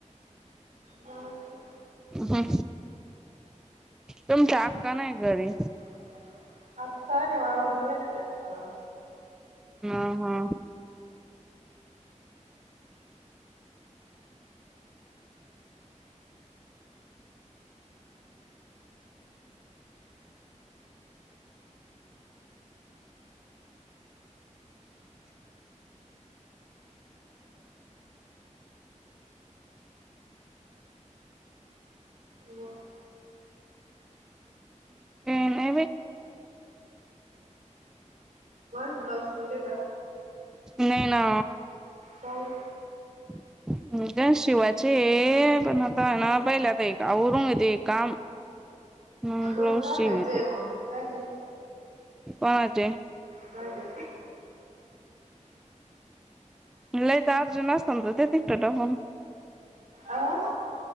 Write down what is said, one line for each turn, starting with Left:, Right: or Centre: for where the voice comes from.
Right: हा तेच
Centre: ह तुमच्या आक्का नाही घरी
Right: <unintelligible> वावरात गेलेल्या अक्का
Centre: हा, हा,
Right: माझे
Centre: ते नाही बाई
Right: माझे ब्लाऊज शिवले का?
Centre: नाही ना
Right: काऊन
Centre: <inaudible> गंज शिवाचे हे पण आता ना पहिले आता एक आवरून घेते ये काम. मग
Right: देऊन
Centre: ब्लाऊज
Right: टाकायचं
Centre: शिविते
Right: आहे मग काय करू
Centre: कोणाचे?
Right: माजे
Centre: लईच अर्जंट आसण तर द्या तिकड टाकून-
Right: अं